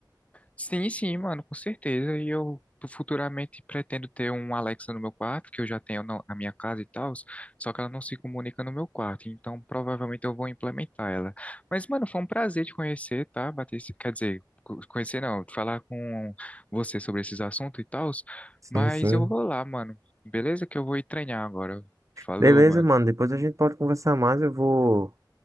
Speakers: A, on the left; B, on the right.
A: Sim, sim, mano, com certeza. E eu futuramente pretendo ter um Alexa no meu quarto, que eu já tenho na na minha casa e tal, só que ela não se comunica no meu quarto, então provavelmente eu vou implementar ela. Mas, mano, foi um prazer te conhecer, tá? Bater, esse- quer dizer, co- conhecer não, falar com você sobre esses assuntos e tal,
B: Sim,
A: mas
B: sim.
A: eu vou lá, mano. Beleza? Que eu vou ir treinar agora. Falou,
B: Beleza,
A: mano.
B: mano. Depois a gente pode conversar mais. Eu vou.